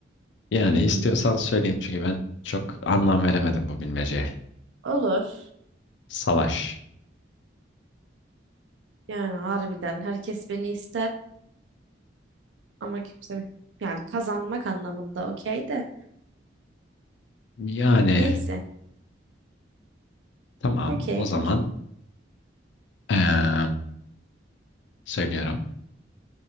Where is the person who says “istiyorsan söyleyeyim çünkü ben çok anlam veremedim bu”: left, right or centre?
Left